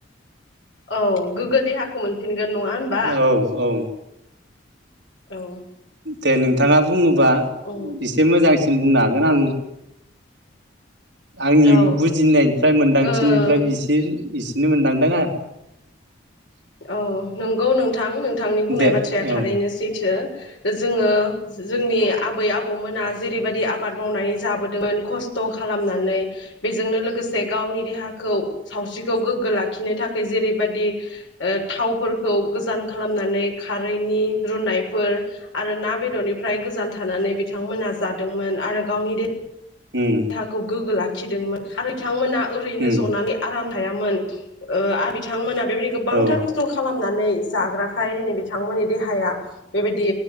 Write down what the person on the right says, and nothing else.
औ औ
दे नोंथाङा बुङो बा
एसे मोजां बुंनो हागोन आं। आंनि
बुजिफ्राय मोनदांथिनिफ्राय
बिसिम इस बिनो मोनदांदोंङो। <unintelligible>
आरो
दे
औ
उम
उम
औ